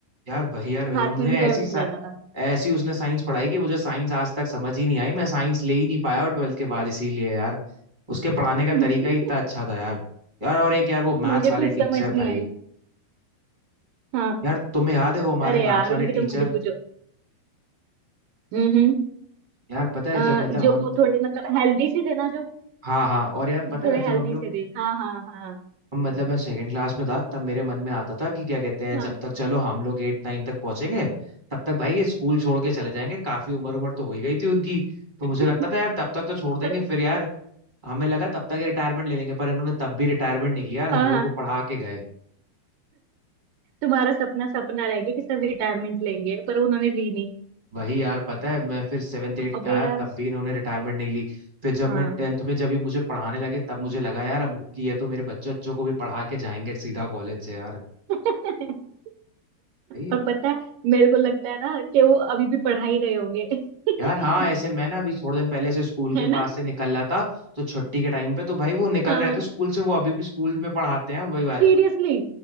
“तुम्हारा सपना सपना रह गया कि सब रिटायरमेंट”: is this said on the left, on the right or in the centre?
Right